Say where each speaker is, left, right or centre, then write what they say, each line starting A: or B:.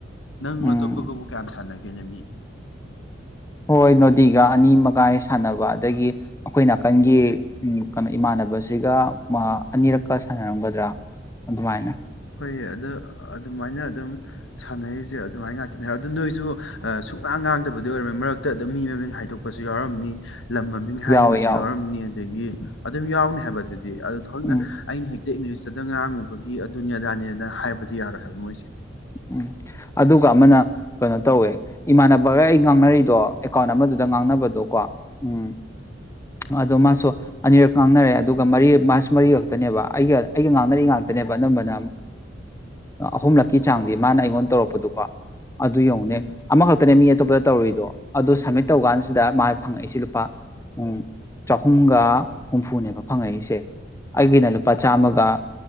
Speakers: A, on the left; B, on the left.
A: ꯅꯪ
B: ꯎꯝ
A: ꯑꯇꯣꯞꯄꯒꯕꯨ ꯀꯌꯥꯝ ꯁꯥꯟꯅꯒꯦ ꯀꯩꯅꯃꯤ
B: ꯍꯣꯏ ꯅꯣꯗꯤꯒ ꯑꯅꯤ ꯃꯒꯥꯏ ꯁꯥꯟꯅꯕ ꯑꯗꯒꯤ ꯑꯩꯈꯣꯏ ꯅꯥꯀꯟꯒꯤ ꯀꯩꯅꯣ ꯏꯃꯥꯟꯅꯕꯁꯤꯒ ꯑꯅꯤꯔꯛꯀ ꯁꯥꯟꯅꯔꯝꯒꯗ꯭ꯔꯥ ꯑꯗꯨꯃꯥꯏꯅ
A: ꯑꯩꯈꯣꯏ ꯑꯗ ꯑꯗꯨꯃꯥꯏꯅ ꯑꯗꯨꯝ ꯁꯥꯟꯅꯔꯤꯁꯦ ꯑꯗꯨꯃꯥꯏꯅ ꯉꯥꯛꯇꯅꯦ ꯑꯗꯨꯗ ꯅꯣꯏꯁꯨ ꯁꯨꯅꯥꯥꯡ ꯉꯥꯡꯗꯕꯗꯤ ꯑꯣꯏꯔꯝꯅꯤ ꯃꯔꯛꯇ ꯑꯗꯨꯝ ꯃꯤ ꯃꯃꯤꯡ ꯍꯥꯏꯗꯣꯛꯄꯁꯨ ꯌꯥꯎꯔꯝꯅꯤ ꯂꯝ ꯃꯃꯤꯡ ꯍꯥꯏꯈꯤꯕꯁꯨ
B: ꯌꯥꯎꯋꯦ ꯌꯥꯎꯋꯦ
A: ꯌꯥꯎꯔꯝꯅꯤ ꯑꯗꯒꯤ ꯑꯗꯨꯝ ꯌꯥꯎꯅꯤ ꯍꯥꯏꯕ ꯑꯗꯨꯗꯤ ꯑꯗꯨ ꯊꯣꯛꯅ
B: ꯎꯝ
A: ꯑꯩꯅ ꯍꯦꯛ ꯏꯪꯂꯤꯁꯇꯗ ꯉꯔꯥꯡꯉꯨꯕꯒꯤ ꯑꯗꯨ ꯑꯗꯨꯅꯤ ꯑꯗꯥꯅꯦꯅ ꯍꯥꯏꯕꯗꯤ ꯌꯥꯔꯣꯏ ꯍꯥꯏꯕ ꯃꯣꯏꯁꯦ
B: ꯎꯝ ꯑꯗꯨꯒ ꯑꯃꯅ ꯀꯩꯅꯣ ꯇꯧꯋꯦ ꯏꯃꯥꯟꯅꯕꯒ ꯑꯩ ꯉꯥꯡꯅꯔꯤꯗꯣ ꯑꯦꯀꯥꯎꯟ ꯑꯃꯗꯨꯗ ꯉꯥꯡꯅꯕꯗꯣꯀꯣ ꯎꯝ ꯑꯗꯣ ꯃꯥꯁꯨ ꯑꯅꯤꯔꯛ ꯉꯥꯡꯅꯔꯦ ꯑꯗꯨꯒ ꯃꯔꯤ ꯃꯥꯁꯨ ꯃꯔꯤ ꯈꯛꯇꯅꯦꯕ ꯑꯩꯒ ꯑꯩꯒ ꯉꯥꯡꯅꯔꯤ ꯉꯥꯛꯇꯅꯦꯕ ꯑꯅꯝꯕꯅ ꯑꯍꯨꯝꯂꯛꯀꯤ ꯆꯥꯡꯗꯤ ꯃꯥꯅ ꯑꯩꯉꯣꯟꯗ ꯇꯧꯔꯛꯄꯗꯨꯀꯣ ꯑꯗꯨ ꯌꯧꯅꯦ
A: ꯎꯝ
B: ꯑꯃꯈꯛꯇꯅꯦ ꯃꯤ ꯑꯇꯣꯞꯄ ꯇꯧꯔꯤꯏꯗꯣ ꯑꯗꯣ ꯁꯕꯃꯤꯠ ꯇꯧꯀꯥꯟꯁꯤꯗ ꯃꯥ ꯐꯪꯉꯛꯏꯁꯦ ꯂꯨꯄꯥ ꯎ ꯆꯍꯨꯝꯒ ꯍꯨꯝꯐꯨꯅꯦꯕ ꯐꯪꯉꯛꯏꯁꯦ ꯑꯩꯒꯤꯅ ꯂꯨꯄꯥ ꯆꯃꯒ
A: ꯑꯗꯨꯅꯦ